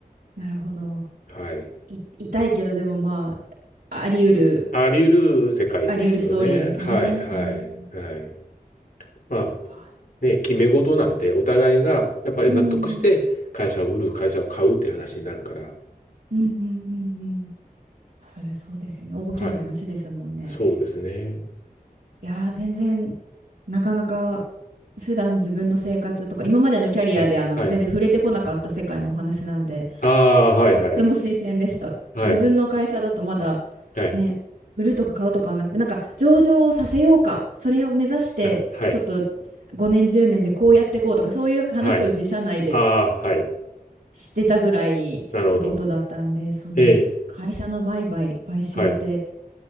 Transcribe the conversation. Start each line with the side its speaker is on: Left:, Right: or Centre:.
Right: なるほど。
Left: はい。
Right: い、痛いけどでもまあ、あり得る、
Left: あり得る世界ですよね。
Right: あり得るストーリーですね。
Left: はい、はい、
Right: うん。
Left: はい。まあ、
Right: わ
Left: ね、決め事なんで、お互いがやっぱり納得して会社を売る、
Right: うん、
Left: 会社を買うって話になるから、
Right: うんうんうんうんあそれそうですよね大きな話ですもんね
Left: はい。そうですね。
Right: いやー全然なかなか普段自分の生活とか今までのキャリアであの全然触れてこなかった世界のお話なんで
Left: はい。はい。ああ、はい、
Right: とても新鮮でした自分の会社だとまだ
Left: はい。はい。はい。
Right: ね売るとか買うとかはなくてなんか上場をさせようかそれを目指してちょっと
Left: あ、はい。
Right: 5年10年でこうやっていこうとかそういう話を自社内で
Left: はい。ああ、はい。
Right: してたぐらいのことだったんで、
Left: なるほど。
Right: その会社の売買、
Left: ええ、
Right: 買収って
Left: はい。